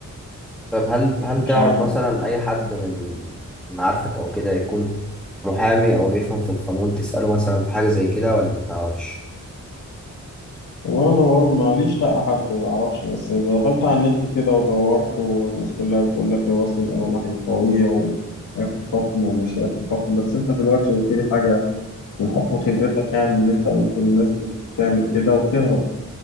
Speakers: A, in the centre; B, on the left.
A: طب هل هل
B: مش
A: تعرف
B: عارف
A: مثلا أي حد من معارفك أو كده يكون محامي أو بيفهم في القانون تسأله مثلا في حاجة زي كده ولا ما تعرفش؟
B: وأنا دورت ماليش لأ حد معرفش بس دخلت على النت كده ودورت والناس كلها بتقول لك وصل الأمانة حاجة قوية و... هياخد حكم ومش هياخد حكم بس انت دلوقتي قلت لي حاجة من حكم خبرتك يعني ان انت قلت الناس بتعمل كده وبتهرب